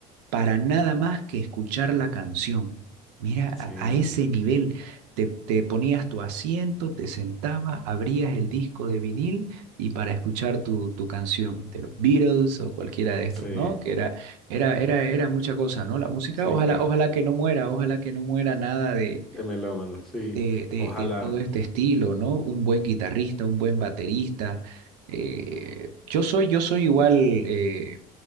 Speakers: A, on the right (about 80°); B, in the centre.
A: para nada más que escuchar la canción. Mira,
B: Sí,
A: a, a ese nivel. Te, te ponías tu asiento, te sentabas, abrías el disco de vinil y para escuchar tu, tu canción de los Beatles o cualquiera de estos,
B: sí,
A: ¿no? Que era, era, era, era mucha cosa, ¿no? La música,
B: sí,
A: ojalá,
B: claro.
A: ojalá que no muera, ojalá que no muera nada de,
B: De melómano, sí.
A: de, de,
B: Ojalá,
A: de todo este estilo, ¿no? Un buen guitarrista, un buen baterista. Eh, yo soy, yo soy igual, eh,